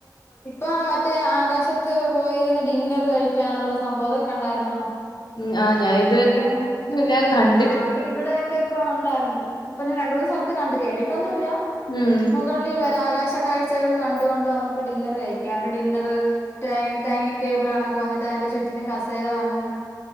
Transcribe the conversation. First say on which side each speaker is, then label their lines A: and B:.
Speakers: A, on the left; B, on the left.
A: ഇപ്പ മറ്റേ ആകാശ ത്ത് പോയിരുന്ന ഡിന്നർ കഴിക്കാനുള്ള സ് സംഭവൊക്കണ്ടാരുന്നോ
B: ഉം ആഹ് ഞാൻ ഇതുവരെ
A: അതൊക്കെ അങ്ങ്
B: ഇല്ല കണ്ടിട്ടില്ല
A: ആഅത് ഇവിടൊക്കെ ഇപ്പ ഉണ്ടായിരുന്നു ഇപ്പ ഞാൻരണ്ടൂന്ന് സ്ഥലത്ത് കണ്ടക് കേറിയിട്ടൊന്നുമില്ല
B: ഉം
A: മുകളിൽ വരെ ആകാശ കാഴ്ചകൾ കണ്ടുകൊണ്ട് നമുക്ക് ഡിന്നർ കഴിക്ക ഡിന്നറ് ടൈനിങ്ങ് ടേബിള്കണക്ക് വന്നിട്ടതിൻ്റെ ചുറ്റ് ന്നും കസേര വന്ന്